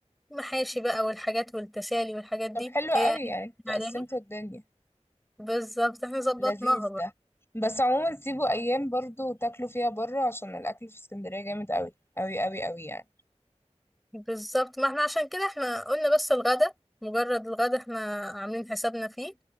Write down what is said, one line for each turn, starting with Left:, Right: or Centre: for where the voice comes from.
Centre: محاشي بقى والحاجات والتسالي والحاجات دي
Left: طب حلو قوي
Centre: هي قالت
Left: يعني
Centre: عليها
Left: قسمتوا الدنيا
Centre: بالظبط احنا ظبطناها
Left: لذيذ ده بس عموما سيبوا ايام برضو تاكلوا فيها بره عشان الاكل في اسكندرية جامد قوي قوي قوي قوي يعني
Centre: بالظبط ما احنا عشان كده احنا قلنا بس الغدا مجرد الغدا احنا عاملين حسابنا فيه